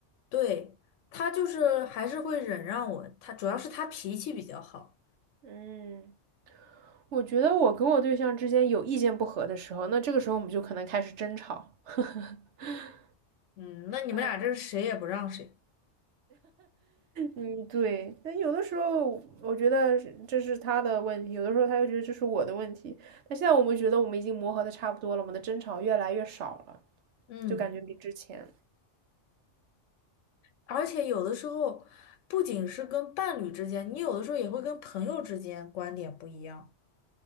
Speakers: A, on the left (about 85°); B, on the right (about 70°).
A: 对，他就是还是会忍让我，他主要是他脾气比较好。
B: 嗯，我觉得我跟我对象之间有意见不合的时候，那这个时候我们就可能开始争吵。<laughs>
A: 嗯，那你们俩这是谁也不让谁。
B: 嗯嗯，对。但有的时候我觉得是这是他的问题，有的时候他又觉得这是我的问题。但现在我们觉得我们已经磨合的差不多了，我们的争吵越来越少了，
A: 嗯，
B: 就感觉比之前。
A: 而且有的时候不仅是跟伴侣之间，你有的时候也会跟朋友之间观点不一样。